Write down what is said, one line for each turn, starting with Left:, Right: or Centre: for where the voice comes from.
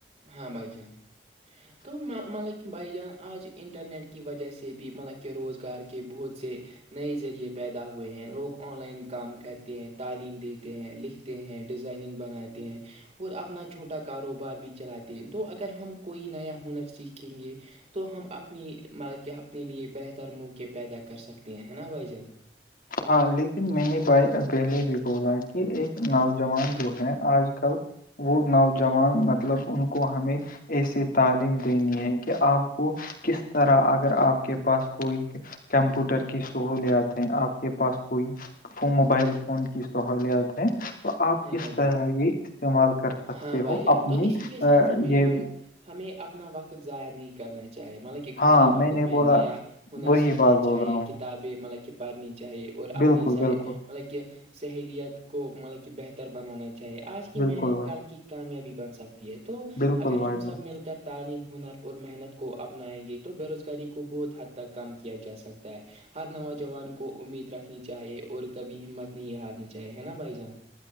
Right: ہاں بھائی چان
Left: <unintelligible>
Right: تو مطلب کہ بائی جان آج انٹرنیٹ کی وجہ سے بھی مطلب کہ روزگار کے بہت سے نئے ذریعے پیدا ہوئے ہیں لوگ آن لائن کام کرتے ہیں تعلیم دیتے ہیں لکھ ہیں ڈیزائننگ بناتے ہیں اور اپنا چھوٹا کاروبار بھی چلاتے ہیں تو اگر ہم کوئی نیا ہنر سیکھیں گے تو ہم اپنی مطلب کہ اپنے لیے بہتر موقع پیدا کر سکتے ہیں ہے نا بھائی جان
Left: ہاں لیکن میں نے بھائی پہلے بھی بولا کہ ایک نوجوان جو ہے آج کل وہ نوجوان مطلب ان کو ہمیں ایسی تعلیم دینی ہے کہ آپ کو کس طرح اگر آپ کے پاس کوئی کمپیوٹر کی سہولیات ہیں آپ کے پاس کوئی موبائل فون کی سہولیات ہے تو آپ
Right: ہاں
Left: کس
Right: بھائی جان
Left: طرح یہ استعمال کر سکتے
Right: ہاں بھائی
Left: ہو
Right: جان
Left: اپنی
Right: تو اسی کے ساتھ ساتھ میرے
Left: یہ
Right: بھائی ہمیں اپنا وقت ضائع نہیں کرنا چاہیے مطلب کہ خالی
Left: ہاں
Right: وقت
Left: نے
Right: میں
Left: بولا
Right: نیا ہنر
Left: وہی
Right: سیکھنا
Left: بات
Right: چاہیے
Left: بول رہا ہوں
Right: کتابیں مطلب کہ پڑھنی چاہیے اور اپنیح
Left: بالکل بالکل
Right: مطلب کہ سہیلیت کو مطلب کہ بہتر بنانا چاہیے آج کی
Left: بالکل
Right: محنت
Left: بھائی
Right: کل کی کامیابی بن سکتی ہے تو
Left: بالکل
Right: اگر
Left: بھائی
Right: ہم
Left: بالکل
Right: سب مل کر تعلیم ہنر اور محنت کو اپنائیں گے تو بےروزگاری کو بہت حد تک کم کیا جا سکتا ہے ہر نوجوان کو امید رکھنی چاہیے اور کبھی ہمت نہیں ہارنی چاہے ہے نا بھائی جان